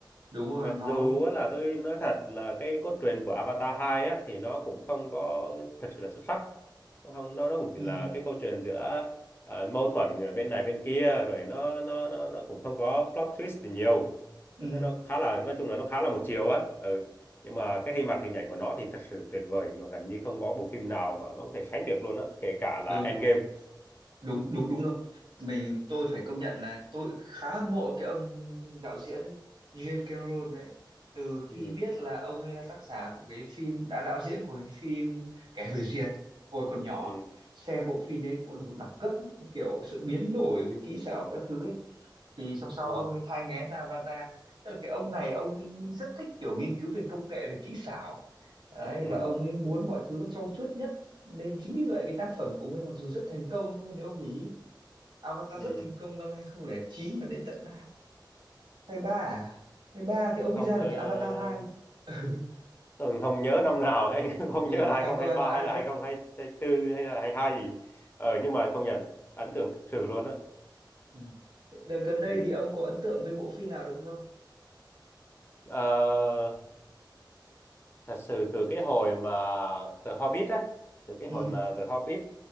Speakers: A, on the right; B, on the left.
A: đúng rồi
B: Mặc
A: nó
B: dù á là tôi nói thật là cái cốt truyện của Avatar 2 á thì nó cũng không có thật sự là xuất sắc không nó nó cũng
A: ừ
B: là cái câu chuyện giữa à, mâu thuẫn ở bên này bên kia rồi nó nó nó nó cũng không có plot twist thì nhiều
A: ừ
B: Thế nó khá là nói chung là nó khá là một chiều á ừ. nhưng mà cái hình mặt hình ảnh của nó thì thật sự tuyệt vời mà gần như không có bộ phim nào mà nó có thể sánh được luôn á kể cả
A: đúng
B: là Endgame
A: đúng
B: ừ.
A: đúng đúng rồi mình tôi phải công nhận là tôi khá hâm mộ cái ông đạo diễn James Cameron đấy từ khi
B: Ừ.
A: biết là ông ấy là tác giả của cái phim đã đạo diễn của cái phim Kẻ hủy diệt hồi còn nhỏ
B: Ừ.
A: xem bộ phim ấy cũng là một đẳng cấp kiểu sự biến đổi kỹ xảo các thứ ấy thì xong sau
B: Ừ.
A: ông ấy thai nghén ra Avatar tức là cái ông này ông ấy rất thích kiểu nghiên cứu về công nghệ về kỹ xảo đấy
B: Ừ.
A: và ông ấy muốn mọi thứ nó trau chuốt nhất nên chính vì vậy cái tác phẩm của ông ấy mặc dù rất thành công luôn nếu ông để ý Avatar
B: Ừ.
A: rất thành công năm hai không không chín mà đến tận 2023 à? hai ba thì
B: hay
A: ông mới
B: không
A: ra được
B: ờ,
A: cái Avatar 2 <laughs>
B: tôi không nhớ năm nào hay <laughs> không
A: ừ
B: nhớ là hai
A: 2022
B: không hai ba hay
A: hai-
B: là
A: hai
B: 2024 hay là hai hai gì ờ nhưng mà công nhận ấn tượng thực sự luôn á
A: ừ. Thế đợt gần đây
B: ừ.
A: thì ông có ấn tượng với bộ phim nào được không
B: Ờ, thật sự từ cái hồi mà The Hobbit á, từ cái
A: ừ
B: hồi mà The Hobbit